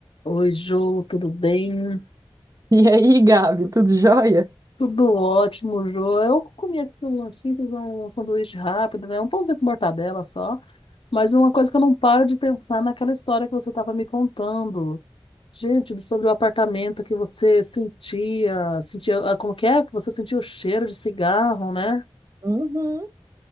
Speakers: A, on the left; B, on the right.
A: Oi, Jô, tudo bem?
B: <laughs> E aí, Gabi, tudo jóia?
A: Tudo ótimo, Jô. Eu comi aqui um lanchinho, fiz um sanduíche rápido, né? Um pãozinho com mortadela só. Mas uma coisa que eu não paro de pensar é naquela história que você estava me contando. Gente, do- sobre o apartamento que você sentia, sentia, ah, como que é? Que você sentia o cheiro de cigarro, né?
B: Uhum,